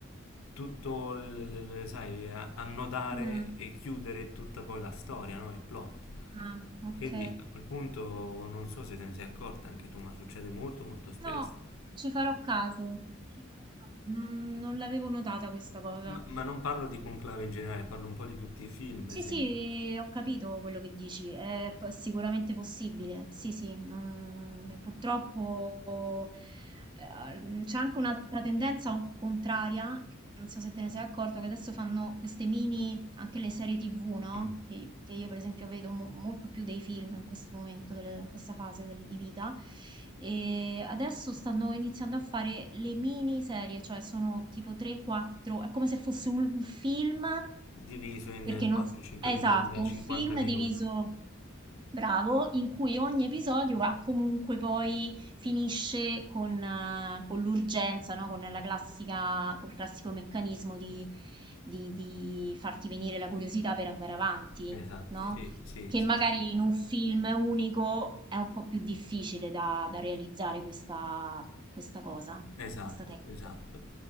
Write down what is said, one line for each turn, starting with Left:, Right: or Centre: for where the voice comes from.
Left: tutto, le- le- le- sai, a- annodare
Right: Mm.
Left: e chiudere tutta poi la storia, no? Il plot.
Right: Ah, ok.
Left: Quindi a quel punto non so se te ne sei accorta anche tu, ma succede molto molto spesso.
Right: No, ci farò caso. Ci farò caso. Non, non l'avevo notata questa cosa.
Left: Ma, ma non parlo di Conclave in generale, parlo un po' di tutti i film,
Right: Sì,
Left: se...
Right: sì, ho capito quello che dici, è po- sicuramente possibile. Sì, sì, non- eh, purtroppo eh, c'è anche un'altra tendenza contraria, non so se te ne sei accorto, che adesso fanno queste mini anche le serie TV, no?
Left: Mm.
Right: Che, che io per esempio vedo mo- molto più dei film in questo momento, delle- in questa fase del- di vita. E adesso stanno iniziando a fare le miniserie, cioè sono tipo 3-4, è come se fosse un, un film,
Left: diviso in
Right: perché non...
Left: 4-5
Right: s- Esatto,
Left: episodi da 50
Right: un film
Left: minuti.
Right: diviso, bravo, in cui ogni episodio ha comunque poi finisce con, eh, con l'urgenza, no? Con la classica, col classico meccanismo di, di- di farti venire la curiosità per andare avanti,
Left: Esatto,
Right: no?
Left: sì, sì,
Right: Che
Left: sì,
Right: magari
Left: sì.
Right: in un film unico è un po' più difficile da, da realizzare questa, questa cosa,
Left: Esatto,
Right: questa tecnica.
Left: esatto.